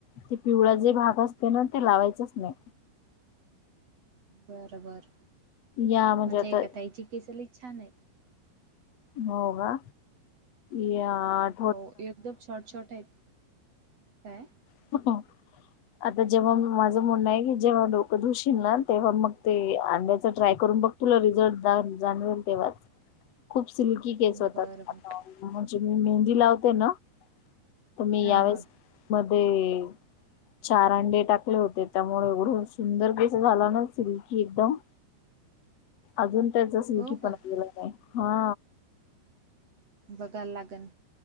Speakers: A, on the left; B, on the right.
A: ते पिवळा जे भाग असते ना ते लावायचच नाय.
B: बर बर
A: या म्हणजे
B: माझ्या
A: आता
B: एका ताईची केस लय छान येत.
A: हो कां या आट -
B: हो एकदम शॉर्ट शॉर्ट आहेत काय?
A: <inaudible> आता जेव्हा माझं म्हणणं आहे की जेव्हा डोकं धुशील ना तेव्हा मग ते अंड्याच ट्राय करून बघ. तुला रिझट द जाणवेल तेव्हाच खूप सिल्की केस होतात
B: बरं बर
A: म्हणजे मी मेहंदी लावते ना त मी
B: हा
A: यावेळेस
B: हा
A: मध्ये चार अंडे टाकले होते त्यामुळे एवढं सुंदर केस झाल ना सिल्की एकदम अजून त्याच स्लील्की
B: हो का
A: पणा गेलाय नाय हा
B: बघायला लागन